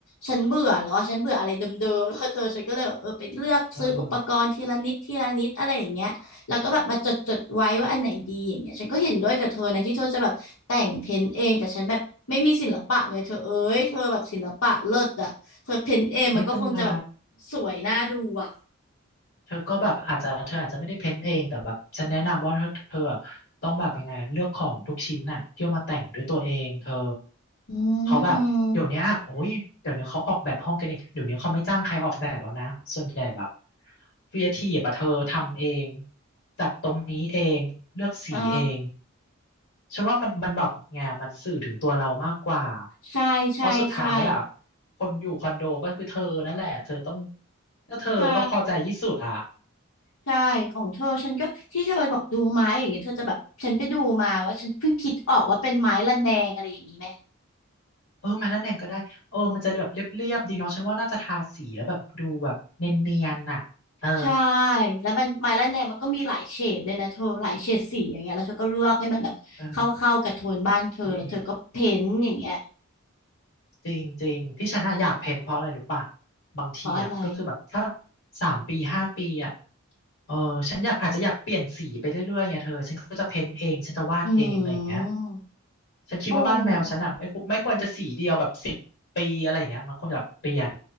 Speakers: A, on the left (about 85°); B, on the left (about 60°).
A: ฉันเบื่อแล้วอะฉันเบื่ออะไรเดิมๆแล้วเธอฉันก็เลยแบบเออไปเลือกซื้ออุปกรณ์ทีละนิดทีละนิดอะไรอย่างเงี้ย
B: เออ
A: แล้วก็แบบมาจดจดไว้ว่าอันไหนดีอย่างเงี้ยฉันก็เห็นด้วยกับเธอนะที่เธอจะแบบแต่งเพ้นท์เองแต่ฉันแบบไม่มีศิลปะไงเธอเอ้ยเธอแบบศิลปะเลิศอะเธอเพ้นท์เองมันก็คงจะแบบ
B: ไม่เป็นไร
A: สวยน่าดูอะ
B: เธอก็แบบอาจจะเธออาจจะไม่ได้เพ้นเองแต่แบบฉันแนะนำว่าเธอเธอต้องแบบยังไงเลือกของทุกชิ้นน่ะที่เอามาแต่งด้วยตัวเองเธอ
A: อืมอืม
B: เขาแบบเดี๋ยวเนี้ยโอ้ยเดี๋ยวนี้เขาออกแบบห้องกันเองเดี๋ยวนี้เขาไม่จ้างใครออกแบบแล้วนะส่วนใหญ่แบบครีเอทีฟอะเธอทำเองจัดตรงนี้เองเลือกสีเอง
A: อ่า
B: ฉันว่ามันมันแบบไงมันสื่อถึงตัวเรามากกว่า
A: ใช่ใช่ใช่
B: เพราะสุดท้ายอ่ะคนอยู่คอนโดก็คือเธอนั่นแหละเธอต้องก็เธอต้องพอใจที่สุดอ่ะ
A: ใช่ใช่ของเธอฉันก็ที่เธอบอกดูไม้อย่างเงี้ยเธอจะแบบฉันไปดูมาว่าฉันเพิ่งคิดออกว่าเป็นไม้ระแนงอะไรอย่างงี้ไหม
B: เออมาแลวแหน่งก็ได้เออมันจะแบบเรียบๆดีเนาะฉันว่าน่าจะทาสีแล้วแบบดูแบบเนียนๆน่ะเออ
A: ใช่แล้วมันไมล่าแนมมันก็มีหลายเฉดด้วยนะเธอหลายเฉดสีอย่างเงี้ยแล้วเธอก็เลือกให้มันแบบเข้าเข้ากับโทนบ้านเธอแล้วเธอก็เพ้นท์อย่างเงี้ย
B: เออจริงจริงจริงที่ฉันน่ะอยากเพ้นเพราะอะไรรู้ป่ะบางทีอ่ะก็คือแบบถ้า
A: เพราะอะไร
B: สามปีห้าปีอ่ะเออฉันอยากอาจจะอยากเปลี่ยนสีไปเรื่อยๆไงเธอฉันก็จะเพ้นเองฉันจะวาดเองอะไรอย่างเงี้ย
A: อืม
B: ฉันคิดว่าบ้านแมวฉันอ่ะไม่ควรไม่ควรจะสีเดียวแบบสิบปีอะไรอย่างเงี้ยมันควรจะแบบเปลี่ยน
A: โอ้